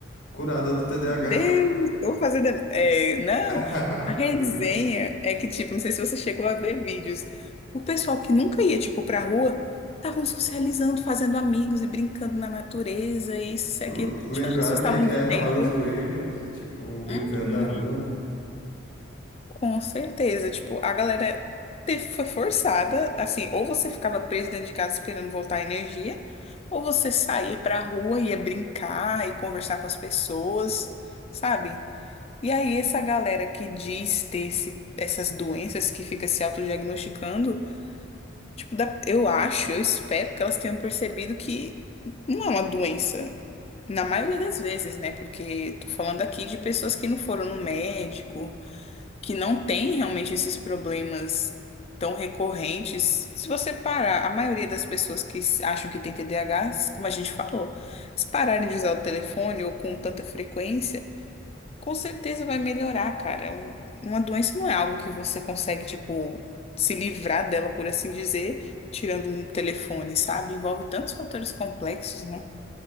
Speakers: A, on the left; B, on the left.
A: curada do TDAH.
B: Deus, vou fazer. deve- É, não,
A: <laughs>
B: a resenha
A: Tô brincando.
B: é que, tipo, não sei se você chegou a ver vídeos. O pessoal que nunca ia, tipo, pra rua, estavam socializando, fazendo amigos e brincando na natureza, isso e
A: L-
B: aquilo.
A: Lembraram
B: Tipo, as pessoas estavam
A: o que que
B: vivendo.
A: é ralar o joelho, tipo, brincando
B: Uhum.
A: na rua.
B: Com certeza, tipo, a galera te- foi forçada, assim, ou você ficava preso dentro de casa esperando voltar a energia, ou você saía pra rua, ia brincar e conversar com as pessoas, sabe? E aí essa galera que diz ter esse- essas doenças, que fica se autodiagnosticando, tipo, dá- eu acho, eu espero que elas tenham percebido que não é uma doença, na maioria das vezes, né? Porque tô falando aqui de pessoas que não foram no médico, que não tem realmente esses problemas tão recorrentes. Se você parar, a maioria das pessoas que s- acham que tem TDAH, como a gente falou, se pararem de usar o telefone ou com tanta frequência, com certeza vai melhorar, cara. O- Uma doença não é algo que você consegue, tipo, se livrar dela, por assim dizer, tirando um telefone, sabe? Envolve tantos fatores complexos, né?